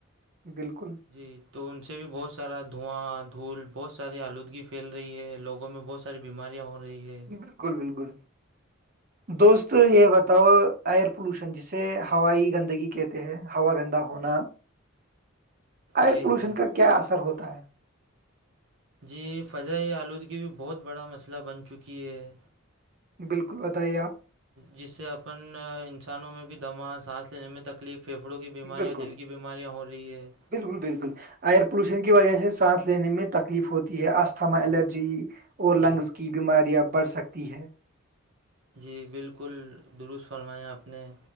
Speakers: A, on the right (about 45°); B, on the right (about 65°).
A: بالکل
B: جی تو ان سے بھی بہت سارا دھواں دھول بہت ساری آلودگی پھیل رہی ہے لوگوں میں بہت ساری بیماریاں ہو رہی ہے
A: بالکل بالکل دوست یہ بتاؤ ایئر پولوشن جی جسے ہوائی گندگی کہتے ہیں ہوا گندا ہونا ایئر
B: جی
A: پولوشن
B: جی
A: کا کیا اثر ہوتا ہے
B: جی فضا آلودگی بھی بہت بڑا مسئلہ بن چکی ہے
A: بالکل بتائیے آپ
B: جس سے اپن انسانوں میں بھی دما سانس لینے میں تک تکلیف پھیھڑوں کی بیماریاں
A: بالکل
B: دل کی بیماریاں ہو رہی ہے
A: بالکل بالکل ایئر پولوشن کی وجہ سے سانس لینے میں تکلیف ہوتی ہے تھما
B: جی
A: الرجی اور لنگز
B: جی
A: کی بیماریاں بڑھ سکتی ہے
B: جی بالکل درست فرمایا آپ نے